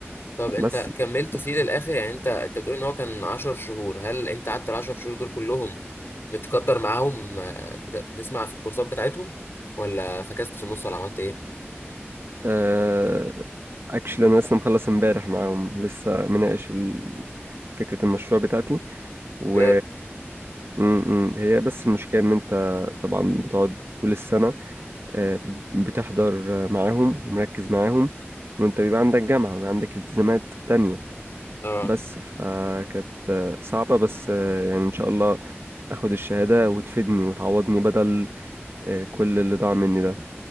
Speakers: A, on the left; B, on the right.
A: طب انت
B: بس
A: كملت
B: ف-
A: فيه للاخر يعني انت انت بتقول ان هو كان 10 شهور هل انت قعدت ال 10 شهور دول كلهم متقدر معاهم آه، بت- بتسمع في الكورسات بتاعتهم ولا فكست في النص ولا عملت ايه
B: آه، اكشلي انا لسه مخلص امبارح معاهم لسه مناقش ال- فكرة المشروع بتاعتي و
A: بجد
B: م- م. هي بس المشكلة إن أنت طبعا بتقعد طول السنة آه، بتحضر آه، معاهم ومركز معاهم وأنت بيبقى عندك جامعة وبيبقى عندك التزامات تانية
A: اه
B: بس فكانت آه، صعبة بس آه، يعني إن شاء الله أخد الشهادة وتفيدني وتعوضني بدل آه، كل اللي ضاع مني ده